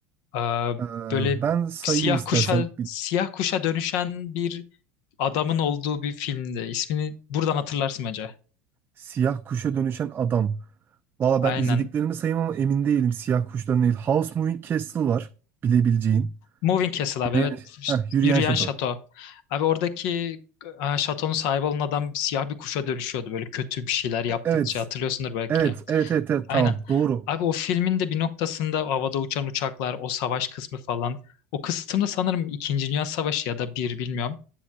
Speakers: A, on the left; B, on the right.
A: Aa,
B: Ee,
A: böyle
B: ben sayayım
A: siyah
B: istersen.
A: kuşa siyah kuşa dönüşen bir adamın olduğu bir filmdi. İsmini buradan hatırlarsın acaba?
B: Siyah kuşa dönüşen adam. Valla
A: Aynen.
B: ben izlediklerimi sayayım ama emin değilim siyah kuşların değil. House Moving Castle var bilebileceğin.
A: Moving Castle abi
B: Yürüyen,
A: evet. İşte
B: heh, yürüyen
A: Yürüyen
B: şato.
A: şato. Abi oradaki e, şatonun sahibi olan adam siyah bir kuşa dönüşüyordu böyle kötü bir şeyler yaptıkça
B: E, Evet.
A: hatırlıyorsundur belki.
B: Evet, evet, evet, evet,
A: Aynen.
B: tamam. Doğru.
A: Abi o filmin de bir noktasında havada uçan uçaklar, o savaş kısmı falan. O kısımda sanırım İkinci Dünya Savaşı ya da bir bilmiyorum.